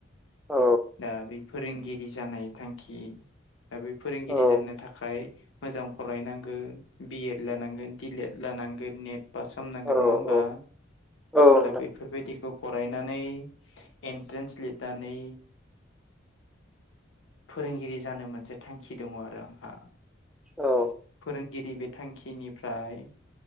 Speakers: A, in the centre; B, on the left (about 85°).
A: औ
B: दा बे फोरोंगिरि जानाय थांखि आरो बे फोरोंगिरि
A: औ
B: जानो थाखाय मोजां फरायनांगोन बिएड लानांगोन दिलेड लानांगोन। नेट पास खालामनांगोन
A: औ
B: नङा होनबा
A: औ औ
B: दा
A: नोंथां
B: बेफोरबायदिखौ फरायनानै एन्ट्रेन्स लिरनानै फोरोंगिरि जानो मोनसे थांखि दङ आरो आंहा।
A: औ
B: फोरोंगिरि बे थांखिनिफ्राय